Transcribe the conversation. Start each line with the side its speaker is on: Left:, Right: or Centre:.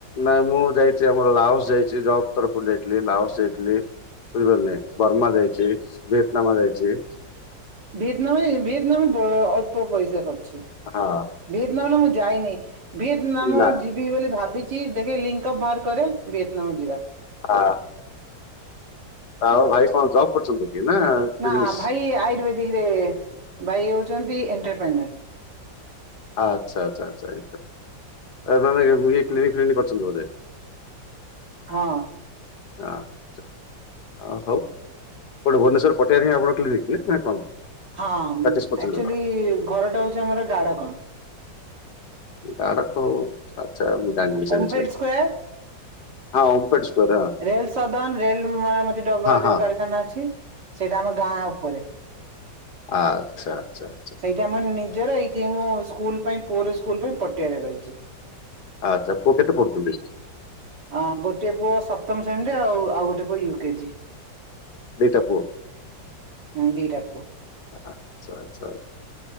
Left: ନାଇଁ ମୁଁ ଯାଇଛି ଆମର ଲାାଉସ ଯାଇଛି ଜବ୍ ତରଫରୁ ଯାଇଥିଲି ଲାାଉସ ଯାଇଥିଲି। ବୁଝି ପାଲେ ନାଇ ବର୍ମା ଯାଇଛି ଭିଏତନାମା ଯାଇଛି
Right: ଭିଏତନାମ ଭିଏତନାମ <unintelligible> ଅଳ୍ପ ପଇସା ଖର୍ଚ୍ଚ।
Left: ହଁ।
Right: ଭିଏତନାମରେ ମୁଁ ଯାଇନି ଭିଏତନାମ
Left: ନାଁ
Right: ଯି ବୋଲି ଭାବିଛି ଦେଖ ଲିଙ୍କ ଅପ୍ ବାହାର କରେ ଭିଏତନାମ ଯିବା।
Left: ହଁ। ଆ ଆଉ ଭାଇ କଣ ଜବ୍ କରୁଛନ୍ତି କି ନା ବିଜନେସ୍?
Right: ନା ଭାଇ ଆୟୁର୍ବେଦିକରେ ଭାଇ ଅଉଛନ୍ତି ଏଣ୍ଟରପ୍ରେନର୍।।
Left: ଆଚ୍ଛା ଆଛା ଚା ଆ ୟେକ୍ଲିନିକ୍ ଫିନ୍କ କ୍ କରିଛନ୍ତି ବୋଧେ?।
Right: ହଁ।
Left: <unintelligible> ଅ ହଉ କୋଟେ ଭୁବନେଶ୍ୱର ପଟିଆରେ ଆପଣ କ୍ଲିନିକ କି ନା କଣ?
Right: ହଁ ହଁ
Left: ପ୍ରାକ୍ଟିସ୍ କରୁଛନ୍ତି
Right: ଆକ୍ଚୁଆଲି-ଇ-ଇ ଘର ଟା ହଉଛି ଆମର ଗାଡକଣ।
Left: ଗାଡ଼କଣ ଆଛା ଆଛା ମୁଁ ଜାଣିନି ସେ
Right: ଓମଫେଡ
Left: ବିଷୟରେ
Right: ସ୍କୋୟାର
Left: ହଁ ଓପେଡ୍ ସ୍କ୍ୱାର ହଁ।
Right: ରେଲ ସଦନ ରେଲ ମରାମତି ଡବା
Left: ହଁ ହଁ
Right: ଯୋଉ କାରଖାନା ଅଛି ସେଇଟା ଆମ ଗାଁ ଉପରେ।
Left: ଆଛା ଆଛା।
Right: ସେଇଠି ଆମ ନିଜର ଏଇଠି ମୁଁ ସ୍କୁଲ ପାଇଁ ପୁଅର ସ୍କୁଲ ପାଇଁ ପଟିଆରେ ରହିଛି।
Left: ଆଚ୍ଛା ପୁଅ କେତେ ପଡୁଚନ୍ତିି?
Right: ହଁ ଗୋଟେ ପୁଅ ସପ୍ତମ ଶ୍ରେଣୀରେ ଆଉ ଆଉ ଗୋଟେ ପୁଅ ୟୁ କେଜି।
Left: ଦିଟା ପୁଅ?
Right: ହୁଁ ଦିଟାପୁଅ।
Left: ଆଚ୍ଛା ଆଚ୍ଛା